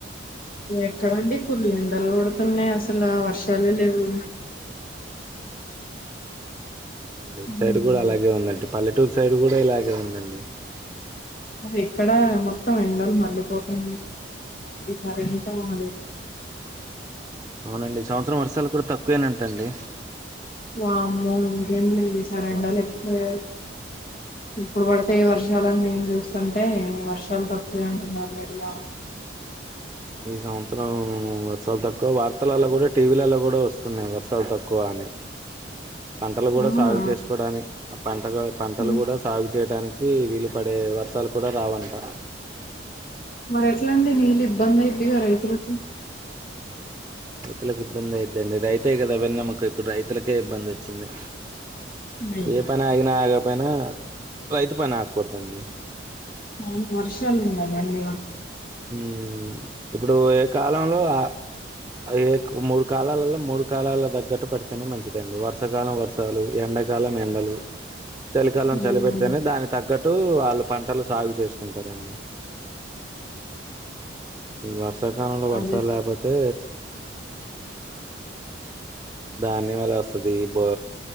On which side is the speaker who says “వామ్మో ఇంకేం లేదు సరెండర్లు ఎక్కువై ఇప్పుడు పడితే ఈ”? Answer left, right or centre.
Left